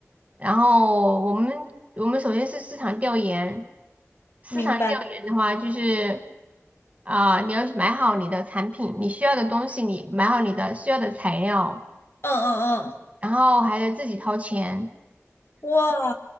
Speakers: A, on the right (about 25°); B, on the left (about 50°).
A: 然后我们我们首先是市场调研，市场调研的话就是
B: 明白。
A: 啊、你要买好你的产品，你需要的东西，你买好你的需要的材料，
B: 嗯嗯嗯，
A: 然后还得自己掏钱。
B: 哇，